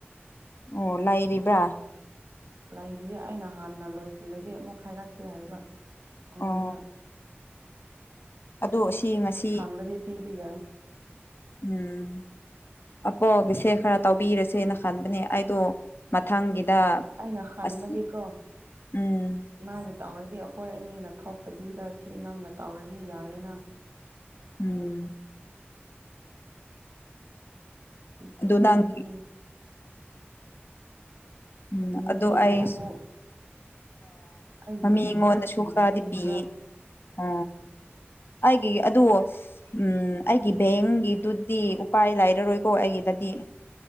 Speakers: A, on the left; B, on the right.
A: ꯑꯣ ꯂꯩꯔꯤꯕ꯭ꯔꯥ
B: ꯂꯩꯔꯤꯌꯦ ꯑꯩꯅ ꯍꯥꯟꯅ ꯂꯣꯏꯁꯤꯜꯂꯒꯦ ꯑꯃꯨꯛ ꯍꯥꯏꯔꯛꯀꯦ ꯍꯥꯏꯕ ꯑꯉꯣꯟꯗ
A: ꯑꯣ ꯑꯗꯨ ꯑꯁꯤ ꯉꯁꯤ
B: ꯃꯔꯤ ꯄꯤꯕ ꯌꯥꯢ
A: ꯎꯝ ꯑꯄꯣꯒꯤꯁꯦ ꯈꯔ ꯇꯧꯕꯤꯔꯁꯦꯅ ꯈꯟꯕꯅꯦ ꯑꯩꯗꯣ ꯃꯊꯪꯒꯤꯗ
B: ꯑꯩꯅ ꯈꯟꯕꯗꯤꯀꯣ
A: ꯑꯁ ꯎꯝ
B: ꯃꯥꯅ ꯇꯧꯔꯗꯤ ꯑꯩꯈꯣꯏ ꯑꯅꯤꯅ ꯊꯣꯛꯇꯕꯤꯗ ꯁꯤ ꯅꯪꯅ ꯇꯧꯔꯗꯤ ꯌꯥꯏꯌꯦꯅ
A: ꯎꯝ
B: ꯂꯤꯁꯤꯡ
A: ꯑꯗꯨ ꯅꯪ
B: ꯑꯅꯤ
A: ꯎꯝ
B: ꯅꯤꯕꯤꯒ
A: ꯑꯗꯨ ꯑꯩꯁ
B: ꯑꯃꯨꯛ ꯑꯩꯒꯤꯗꯤ
A: ꯑ ꯃꯤ ꯉꯣꯟꯗꯁꯨ
B: ꯈꯔ ꯀꯤꯗꯤ
A: ꯈꯔꯗꯤ
B: ꯀꯤꯕ
A: ꯄꯤꯌꯦ ꯑ ꯑꯩꯒꯤ ꯑꯗꯨ ꯎꯝ ꯑꯩꯒꯤ ꯕꯦꯡꯒꯤꯗꯨꯗꯤ ꯎꯄꯥꯏ ꯂꯩꯔꯔꯣꯏꯀꯣ ꯑꯩꯒꯤꯗꯗꯤ